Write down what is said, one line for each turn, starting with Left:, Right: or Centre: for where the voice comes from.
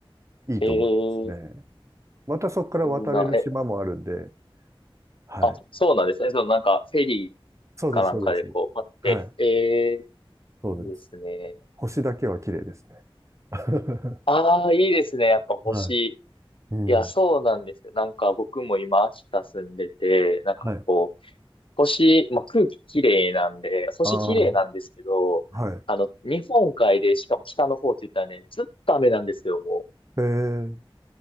Right: いいと思いますね。
Left: ええ
Right: またそこから渡れる島もあるんで、
Left: いいな。え、
Right: はい。
Left: あ、そうなんですね。そのなんか、フェリー
Right: そうです、
Left: かなんかでこう、
Right: そうです。
Left: パって。
Right: はい。
Left: え
Right: そうです。
Left: ー、いいですね。
Right: 星だけは綺麗ですね。<laughs> は
Left: ああ、いいですね。やっぱ星。
Right: い。うん。
Left: いや、そうなんですよ。なんか僕も今、秋田住んでて、なんかこう、
Right: はい。
Left: 星、まあ、空気綺麗なんで、星綺麗なんですけど、
Right: ああ、はい。
Left: あの、日本海で、しかも北の方って言ったらね、ずっと雨なんですよ、も
Right: えー、